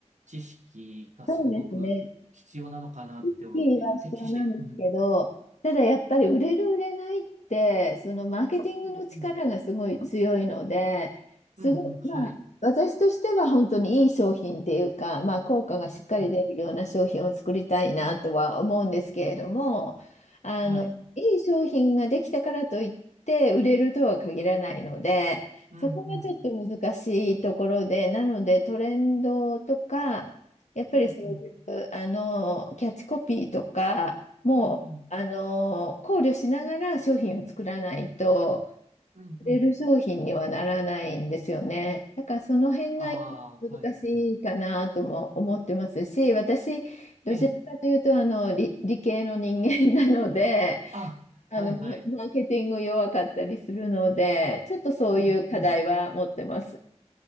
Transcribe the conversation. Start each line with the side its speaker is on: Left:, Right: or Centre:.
Right: 知識がすごく必要なのかなって思っていて、
Left: そうですね。きりは必要なんですけど、
Right: て決して、うん、
Left: ただやっぱり売れる売れないって、そのマーケティングの力がすごい強いので、
Right: うん、
Left: すごい、
Right: うん、うん、はい、
Left: まあ、私としては本当にいい商品っていうか、まあ、効果がしっかり出るような商品を作りたいなとは思うんですけれども、
Right: うん、うん、
Left: あの、
Right: はい、
Left: いい商品ができたからといって売れるとは限らないので、
Right: うん、
Left: そこがちょっと難しいところで、
Right: うん、
Left: なのでトレンドとか、やっぱりそううあのキャッチコピーとかもあの考慮しながら商品を作らないと
Right: うん、うん、うん、うん、うん、
Left: 売れる商品にはならないんですよね。
Right: うん、
Left: だからその辺が
Right: ああ、
Left: 難しいかなとも思ってますし、
Right: はい、はい、
Left: 私どちらかというとあの理、
Right: ええ、
Left: 理系の人間なので、
Right: あ、
Left: あのママーケティング弱かったりするので、
Right: はい、はい、
Left: ちょっとそういう課題は持ってます。
Right: うん、うん、